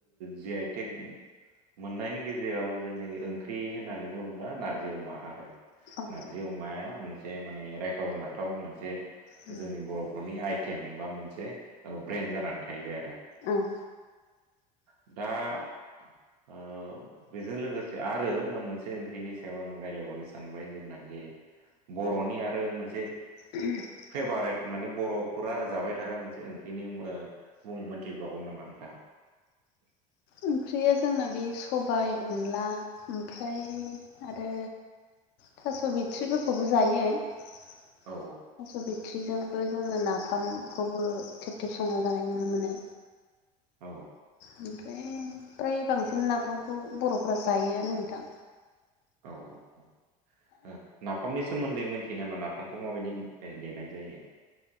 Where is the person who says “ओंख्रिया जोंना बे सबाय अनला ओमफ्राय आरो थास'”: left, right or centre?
Left